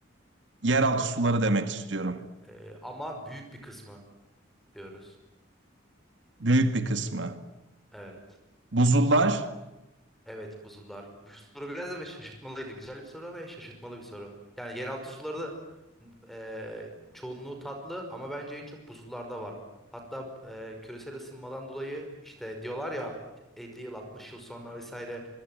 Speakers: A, on the right; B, in the centre.
A: yeraltı suları demek istiyorum.
B: Ee, ama büyük bir kısmı diyoruz.
A: Büyük bir kısmı.
B: Evet.
A: Buzullar,
B: Evet buzullar. Bu soru biraz da ve şaşırtmalıydı. Güzel bir soru ve şaşırtmalı bir soru. Yani yeraltı suları da eee, çoğunluğu tatlı ama bence en çok buzullarda var. Hatta eee, küresel ısınmadan dolayı işte diyorlar ya 50 yıl 60 yıl sonra vesaire